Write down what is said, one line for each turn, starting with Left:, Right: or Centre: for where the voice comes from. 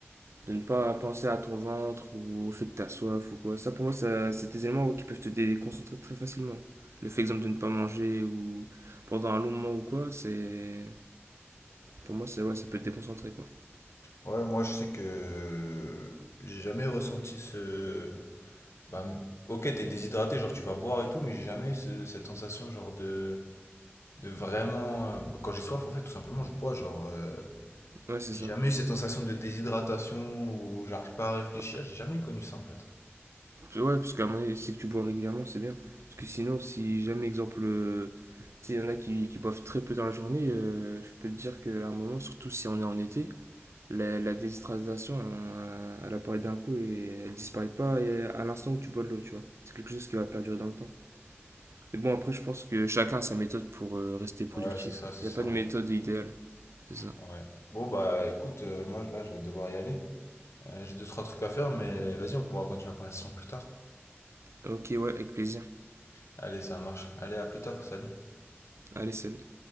Right: de ne pas penser à ton ventre ou au fait que t'as soif ou quoi. Ça, pour moi, ça, c'est des éléments ouais, qui peuvent te déconcentrer très facilement. Le fait, exemple, de ne pas manger ou pendant un long moment ou quoi, c'est... Pour moi, c'est, ouais,
Left: Ok.
Right: ça peut te déconcentrer, quoi.
Left: Ouais, moi je sais que j'ai jamais ressenti ce, Bah, ok, t'es déshydraté, genre tu vas boire et tout, mais j'ai jamais eu ce- cette sensation genre de, de vraiment... euh, bah, Quand j'ai soif, en fait, tout simplement, je bois, genre... euh,
Right: Ouais, c'est
Left: J'ai
Right: ça.
Left: jamais eu cette sensation de déshydratation où j'arrive pas à réfléchir,
Right: Ouais,
Left: j'ai jamais connu ça, en fait.
Right: ouais, parce qu'à un moment donné, c'est que tu bois régulièrement, c'est bien. Parce que sinon, si jamais, exemple, euh, tu sais, il y en a qui, qui boivent très peu dans la journée, euh, je peux te dire qu'à un moment, surtout si on est en été, la, la déshydratation, elle, elle apparaît d'un coup et elle disparaît pas et à l'instant que tu bois de l'eau, tu vois. C'est quelque chose qui va perdurer dans le temps. Mais bon, après, je pense que chacun a sa méthode pour euh, rester productif.
Left: Ouais, c'est ça, c'est
Right: Il
Left: ça,
Right: n'y a pas de
Left: en
Right: méthode
Left: fait.
Right: idéale, c'est ça.
Left: Ouais. Bon, bah écoute, euh, moi là, je vais devoir y aller. Euh, j'ai deux, trois trucs à faire, mais vas-y, on pourra continuer la conversation plus tard.
Right: Ok, ouais, avec plaisir.
Left: Allez, ça marche. Allez, à plus tard, salut.
Right: Allez, salut.